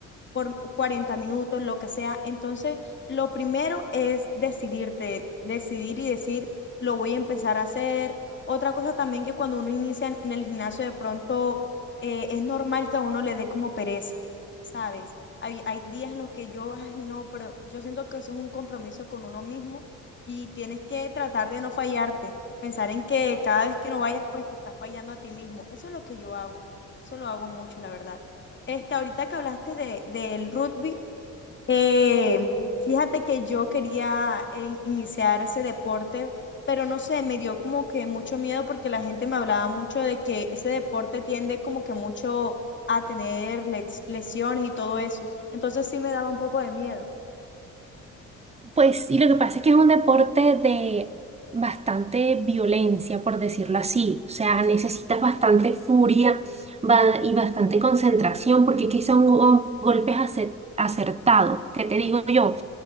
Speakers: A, on the left (about 40°); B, on the right (about 20°).
A: por 40 minutos, lo que sea. Entonces, lo primero es decidirte, decidir y decir, lo voy a empezar a hacer. Otra cosa también que cuando uno inicia en- en el gimnasio, de pronto eh, es normal que a uno le dé como pereza, ¿sabes? Hay, hay días en los que yo, ay, no, pero yo siento que eso es un compromiso con uno mismo y tienes que tratar de no fallarte, pensar en que cada vez que no vayas, pues te estás fallando a ti mismo. Eso es lo que yo hago, eso lo hago mucho, la verdad. Este, ahorita que hablaste de, del rugby, eh, fíjate que yo quería eh, iniciar ese deporte, pero no sé, me dio como que mucho miedo porque la gente me hablaba mucho de que ese deporte tiende como que mucho a tener lex- lesiones y todo eso. Entonces sí me daba un poco de miedo.
B: Pues, y lo que pasa es que es un deporte de bastante violencia, por decirlo así. O sea, necesitas bastante furia ba- y bastante concentración, porque aquí son go- golpes ace- acertados. ¿Qué te digo yo?